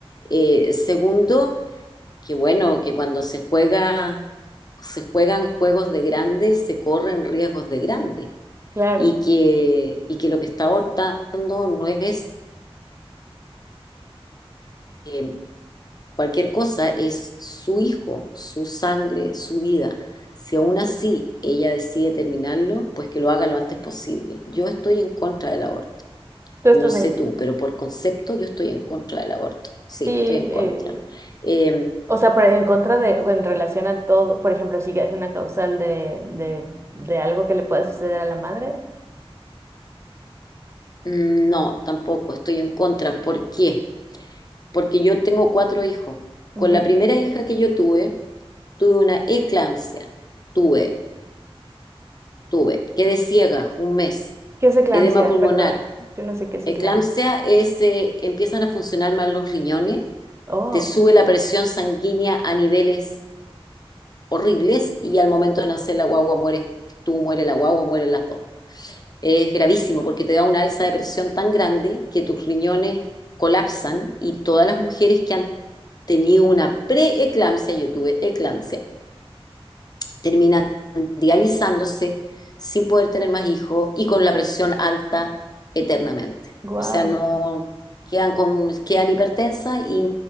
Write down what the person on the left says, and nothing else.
Eh, segundo, que bueno, que cuando se juega, se juegan juegos de grandes, se corren riesgos de grandes.
Y que, y que lo que está abortando no es eh, cualquier cosa, es su hijo, su sangre, su vida. Si aún así ella decide terminarlo, pues que lo haga lo antes posible. Yo estoy en contra del aborto.
No sé
tú, pero por concepto yo estoy en contra del aborto. Sí,
estoy en contra.
Eh,
mm, no, tampoco, estoy en contra. ¿Por qué? Porque yo tengo cuatro hijos.
Con la primera hija que yo tuve, tuve una eclampsia. Tuve, tuve. Quedé ciega un mes.
Edema pulmonar.
Eclampsia
es, eh, empiezan a funcionar mal los riñones,
te sube la presión sanguínea a niveles horribles y al momento de nacer la guagua mueres tú, muere la guagua, mueren las dos. es gravísimo porque te da una alza de presión tan grande que tus riñones colapsan y todas las mujeres que han tenido una preeclampsia, yo tuve eclampsia, terminan dializándose sin poder tener más hijos y con la presión alta eternamente.
O sea, no quedan con quedan hipertensas y